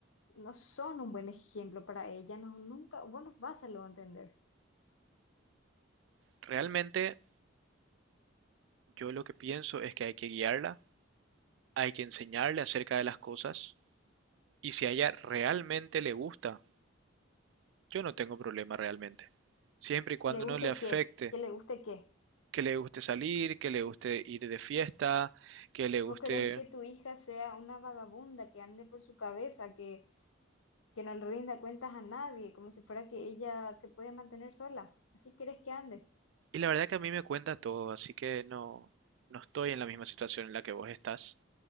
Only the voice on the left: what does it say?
no son un buen ejemplo para ella, no, nunca, vos no vas a lo entender.
¿Le guste
qué? ¿Que le guste qué?
¿Vos querés que tu hija sea una vagabunda que ande por su cabeza, que, que no le rinda cuentas a nadie, como si fuera que ella se puede mantener sola? ¿Así querés que ande?